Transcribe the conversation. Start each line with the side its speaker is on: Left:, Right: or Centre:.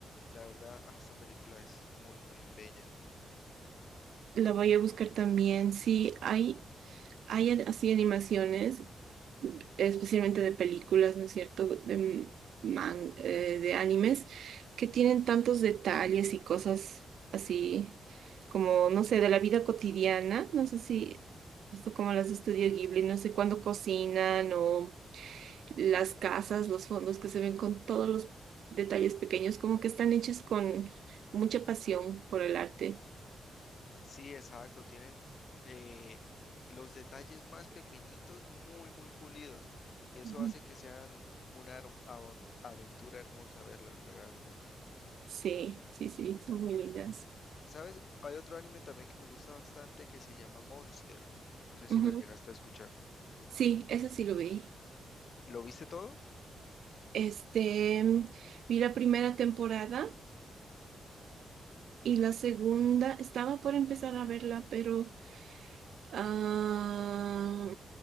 Left: La verdad, ah, esa película es muy, muy bella.
Right: La voy a buscar también. Sí, hay, hay an- así animaciones. especialmente de películas, ¿no es cierto? De, man- eh, de animes, que tienen tantos detalles y cosas así, como, no sé, de la vida cotidiana, no sé
Left: Ujú.
Right: si, esto como las de Estudio Ghibli, no sé cuándo cocinan o las casas, los fondos que se ven con todos los detalles pequeños, como que están hechos con mucha pasión por el arte.
Left: Sí, exacto. Tienen eh, los detalles más pequeñitos muy, muy pulidos. Y eso
Right: Ujú.
Left: hace que sean una herm- avon- aventura hermosa verlas realmente.
Right: Sí, sí, sí, son muy lindas.
Left: ¿Sabes? Hay otro anime también que me gusta bastante que se llama Monster. No sé si
Right: Ujú.
Left: lo llegaste a escuchar.
Right: Sí, eso sí lo vi.
Left: ¿Lo viste todo?
Right: Este, vi la primera temporada y la segunda, estaba por empezar a verla, pero ah,